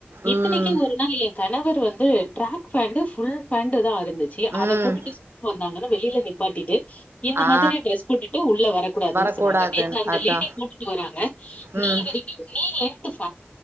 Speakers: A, on the left (about 35°); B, on the right (about 70°).
A: இத்தனக்கி
B: ம்
A: ஒரு நாள் எ கணவர் வந் வந்து டிராக் பேண்ட் ஃபுல் பேண்ட் தா அது ந்துச்சி அத
B: ம்
A: போட்டுட்டு ஸ்கூல் வந்தாங்கன்னு வெளில நிப்பாட்டிட்டு இந்த
B: ஆ
A: மாதிரி ட்ரெஸ் போட்டுட்டு உள்ள வரக்கூடாதுன்னு
B: வரக்கூடாதுன்
A: சொன்னாங்க நேத்து அந்த
B: அதா
A: லேடி போட்டுட்டு வராங்க <unintelligible>
B: ம்